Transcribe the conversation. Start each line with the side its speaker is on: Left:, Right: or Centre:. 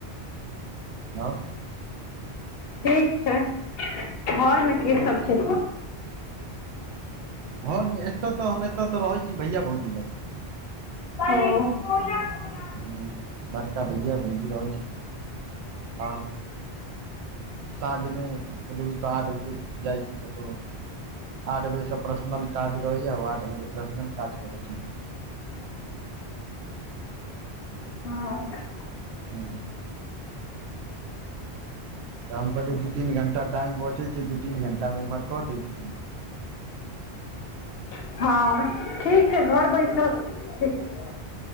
Right: आओर
Left: ठीक छै घर में केँ सब छै
Right: भर नै हँ एतय तऽ हम एतय तऽ रहै छी भैया भौजी लग
Left: <unintelligible>
Right: हु बड़का भैया भौजि रहल छथिन <inaudible> और साँझमे मलब तऽ आठ बजे जाइ छी कतहु आठ बजे से पर्सनल काज रहैय आठ बजे पर्सनल काज करे छलिय।
Left: हँ
Right: <unintelligible> तऽ हम कहलियै दू तीन घण्टा टाइम बचै छय दू तीन घण्टा इमहर कऽ दै छियै
Left: <unintelligible>